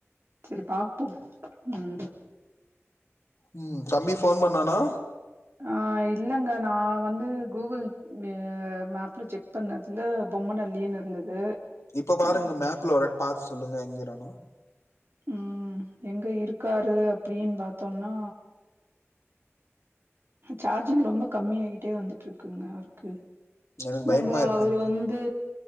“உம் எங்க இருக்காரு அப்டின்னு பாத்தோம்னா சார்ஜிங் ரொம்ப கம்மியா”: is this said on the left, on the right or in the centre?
Right